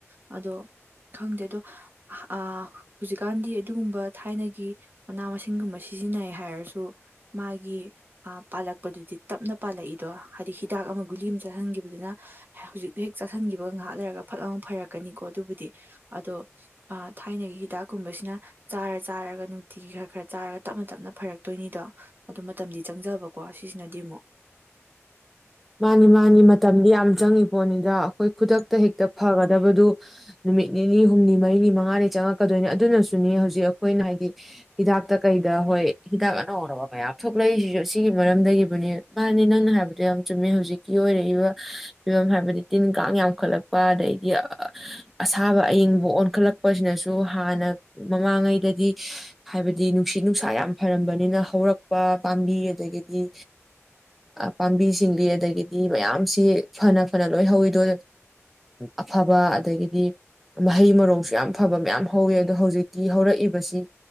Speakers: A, on the right; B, in the centre.
A: ꯑꯗꯣ ꯈꯪꯗꯦ ꯑꯗꯣ ꯍꯧꯖꯤꯛꯀꯥꯟꯗꯤ ꯑꯗꯨꯒꯨꯝꯕ ꯊꯥꯏꯅꯒꯤ ꯃꯅꯥ ꯃꯁꯤꯡꯒꯨꯝꯕ ꯁꯤꯖꯤꯟꯅꯩ ꯍꯥꯏꯔꯁꯨ ꯃꯥꯒꯤ ꯄꯥꯂꯛ ꯀꯛꯄꯗꯨꯗꯤ ꯇꯞꯅ ꯄꯥꯜꯂꯛꯏꯗꯣ ꯍꯥꯏꯗꯤ ꯍꯤꯗꯥꯛ ꯑꯃ ꯒꯨꯂꯤ ꯑꯃ ꯆꯥꯥꯁꯟꯈꯤꯕꯗꯨꯅ ꯍꯧꯖꯤꯛꯇꯣ ꯍꯦꯛ ꯆꯥꯥꯁꯟꯈꯤꯕꯒ ꯉꯥꯏꯍꯥꯛ ꯂꯩꯔꯒ ꯐꯛ ꯑꯃ ꯐꯔꯛꯀꯅꯤꯀꯣ ꯑꯗꯨꯕꯨꯗꯤ ꯑꯗꯣ ꯊꯥꯏꯅꯒꯤ ꯍꯤꯗꯥꯛꯀꯨꯝꯕꯁꯤꯅ ꯆꯥꯔ ꯆꯥꯔꯒ ꯅꯨꯡꯇꯤꯒꯤ ꯈꯔ ꯈꯔ ꯆꯥꯔꯒ ꯇꯞꯅ ꯇꯞꯅ ꯐꯔꯛꯇꯣꯏꯅꯤꯗꯣ ꯑꯗꯨꯗ ꯃꯇꯝꯗꯤ ꯆꯪꯖꯕꯀꯣ ꯀꯣ ꯁꯤꯁꯤꯅꯗꯤ ꯑꯃꯨꯛ
B: ꯃꯥꯅꯤ ꯃꯥꯅꯤ ꯃꯇꯝꯗꯤ ꯌꯥꯝ ꯆꯪꯏꯤ ꯄꯣꯠꯅꯤꯗ ꯑꯩꯈꯣꯏ ꯈꯨꯗꯛꯇ ꯍꯦꯛꯇ ꯐꯒꯗꯕꯗꯨ ꯅꯨꯃꯤꯠ ꯅꯤꯅꯤ ꯍꯨꯝꯅꯤ ꯃꯔꯤꯅꯤ ꯃꯉꯥꯅꯤ ꯆꯪꯉꯛꯀꯗꯣꯏꯅꯤ ꯑꯗꯨꯅꯁꯨꯅꯤ ꯍꯧꯖꯤꯛ ꯑꯩꯈꯣꯏꯅ ꯍꯥꯏꯗꯤ ꯍꯤꯗꯥꯛꯇ ꯀꯩꯗ ꯍꯣꯏ ꯍꯤꯗꯥꯛ ꯑꯅꯧ ꯑꯧꯕ ꯃꯌꯥꯝ ꯊꯣꯛꯂꯛꯏꯁꯤꯁꯨ ꯑꯁꯤꯒꯤꯒꯤ ꯃꯔꯝꯗꯒꯤꯕꯨꯅꯦ ꯃꯥꯅꯤ ꯅꯪꯅ ꯍꯥꯏꯕꯗꯨꯣ ꯌꯥꯝ ꯆꯨꯝꯃꯦ ꯍꯧꯖꯤꯛꯀꯤ ꯑꯣꯏꯔꯛꯏꯕ ꯐꯤꯕꯝ ꯍꯥꯏꯕꯗꯤ ꯇꯤꯟ ꯀꯥꯡ ꯌꯥꯝꯈꯠꯂꯛꯄ ꯑꯗꯩꯗꯤ ꯑꯁꯥꯕ ꯑꯏꯪꯕ ꯑꯣꯟꯈꯠꯂꯛꯄꯁꯤꯅꯁꯨ ꯍꯥꯟꯅ ꯃꯃꯥꯡꯉꯩꯗꯗꯤ ꯍꯥꯏꯕꯗꯤ ꯅꯨꯡꯁꯤꯠ ꯅꯨꯡꯁꯥ ꯌꯥꯝ ꯐꯔꯝꯕꯅꯤꯅ ꯍꯧꯔꯛꯄ ꯄꯥꯝꯕꯤ ꯑꯗꯒꯤꯗꯤ ꯄꯥꯝꯕꯤ ꯆꯤꯡꯂꯤ ꯑꯗꯒꯤꯗꯤ ꯃꯌꯥꯝꯁꯤ ꯐꯅ ꯐꯅ ꯂꯣꯏ ꯍꯧꯋꯤꯗꯣ ꯑꯐꯕ ꯑꯗꯒꯤꯗꯤ ꯃꯍꯩ ꯃꯔꯣꯡꯁꯨ ꯌꯥꯝ ꯐꯕ ꯃꯌꯥꯝ ꯍꯧꯋꯤ ꯑꯗꯣ ꯍꯧꯖꯤꯛꯇꯤ ꯍꯧꯔꯛꯏꯕꯁꯤ